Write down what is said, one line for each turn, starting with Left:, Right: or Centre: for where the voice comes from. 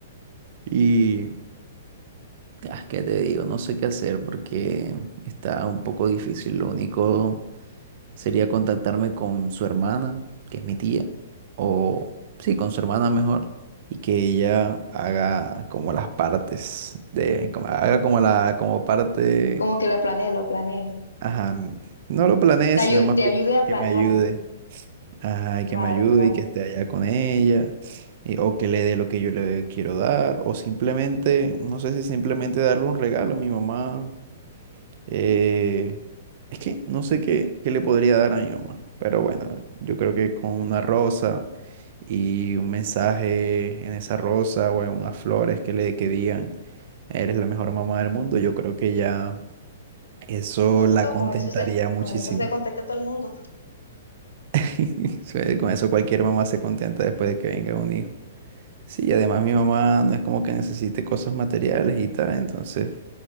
Right: y, ah, ¿qué te digo? No sé qué hacer porque está un poco difícil. Lo único sería contactarme con su hermana, que es mi tía, o sí, con su hermana mejor, y que ella haga como las partes de, como, haga como la, como parte,
Left: Como que lo planeé, lo planeé.
Right: ajá, no lo planeé,
Left: Te
Right: sino
Left: ayu-
Right: más
Left: te
Right: bien
Left: ayudé a planearlo.
Right: que me ayude. Ajá, y que
Left: Claro,
Right: me ayude
Left: claro.
Right: y que esté allá con ella, y- o que le dé lo que yo le quiero dar, o simplemente, no sé si simplemente darle un regalo a mi mamá. eh, es que no sé qué, qué le podría dar a mi mamá, pero bueno, yo creo que con una rosa y un mensaje en esa rosa o en unas flores que le que digan, eres la mejor mamá del mundo, yo creo que ya eso
Left: No,
Right: la contentaría
Left: con eso sé,
Right: muchísimo.
Left: con eso sé contacta a todo el mundo.
Right: <laughs> Con eso cualquier mamá se contenta después de que venga un hijo. Sí, y además mi mamá no es como que necesite cosas materiales y tal, entonces